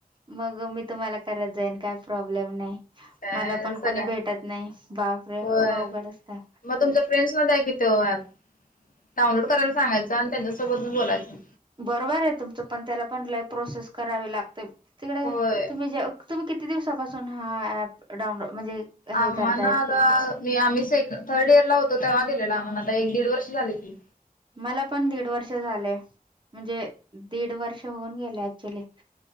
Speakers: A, on the right; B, on the left.
A: मग मी तुम्हाला करत जाईन काय प्रॉब्लेम नाही.
B: काय
A: मला पण
B: सगळ्यांना
A: कोणी भेटत नाही बापरे
B: होय
A: खूप अवघड असतात.
B: मग तुमच्या फ्रेंड्स मध्ये आहे किथो ऍप डाऊनलोड करायला सांगायचा आणि त्यांच्यासोबत बोलायचं.
A: बरोबर आहे तुमचं पण त्याला पण लय प्रोसेस करावी लागते तिकडे
B: होय
A: तुम्ही जे. तुम्ही किती दिवसापासून हा ऍप डाऊनलोड म्हणजे. हे
B: आम्हाला
A: करतायत
B: ना आता मी आम्ही सेक थर्ड इयर ला होतो तेव्हा गेलेला आम्हाला आता एक दीड वर्ष झाली की.
A: मला पण दीड वर्ष झालंय. म्हणजे दीड वर्ष होऊन गेले ऍक्च्युली.